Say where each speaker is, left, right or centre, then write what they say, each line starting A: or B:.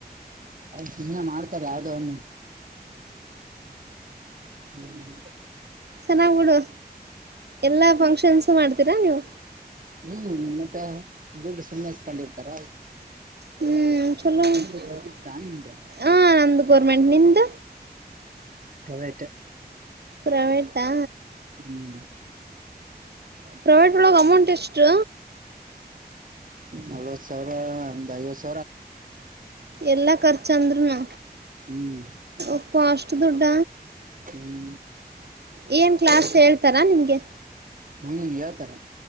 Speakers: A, on the right; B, on the right.
A: ಚಿನ್ನ ಮಾಡ್ ರ ಯಾವದ ಒನು ಹ್ಮ್
B: ಚೆನ್ನಾಗುಡೂರು ಎಲ್ಲಾ ಫಂಕ್ಷನ್ಸ್ ಮಾಡ್ತ ರಾ ನೀವು
A: ಹ್ಮ್ ಮತ್ತೆ ದುಡ್ಡು ಸುಮ್ಮನೆ ಸ್ತಾನ ಇರ್ತಾರ
B: ಹ್ಮ್ ಹ
A: ನಿಮ್ದು
B: ನಮಂದು ಗರ್ಮೆಂಟ್ ನಿದು
A: ಹತೆ <inaudible>
B: ಪ್ರಮೀಟಾ
A: ಹ್ಮ್
B: ಪ್ರೈವೇಟ್ ಒಳಗೆ ಅಮೌಂಟ್ ಎಷ್ಟು
A: ನಲ್ವತ್ ಸಾವಿರ್ದ್ ಐವತ್ತುಾವ
B: ಎಲ್ಲಾ ಖರ್ಚ ಅಂದ್ರರುನು
A: ಹ್ಮ್
B: ಒಪ್ಪ ಅಷ್ಟ ದುಡ್ಡ
A: ಹ್ಮ್
B: <unintelligible> ಜಸ್ ಹೇಳ್ತಾರಾ ನಿಮ್ಗೆ
A: ಹ್ಮ್ ಹೇಳ್ತಾರ